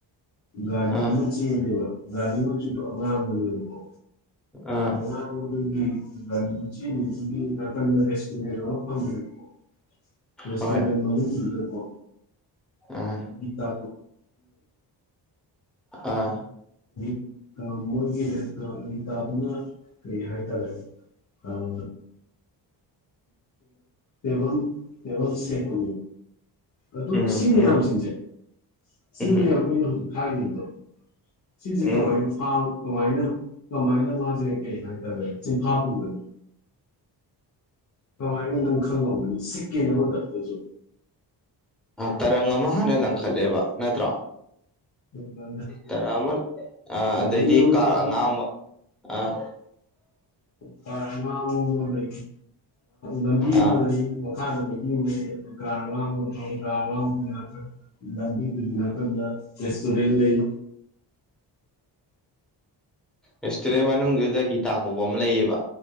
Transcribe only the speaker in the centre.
ꯑꯥ
ꯑꯥ
ꯍꯣꯏ
ꯑꯥ
ꯑꯥ
ꯎꯝ
ꯎꯝ
ꯎꯝ
ꯎꯝ
ꯇꯔꯪ ꯑꯃ ꯍꯥꯟꯅ ꯂꯪꯈꯠꯂꯦꯕ ꯅꯠꯇ꯭ꯔꯣ
ꯇꯔꯥ ꯑꯃ ꯑꯥ
ꯑꯗꯩꯗꯤ ꯀꯥꯔ
ꯑꯉꯥꯡꯕ ꯑꯥ
ꯑꯥ
ꯔꯦꯁꯇꯨꯔꯦꯟ ꯃꯅꯨꯡꯗꯨꯗ ꯒꯤꯇꯥ ꯀꯧꯕ ꯑꯃ ꯂꯩꯌꯦꯕ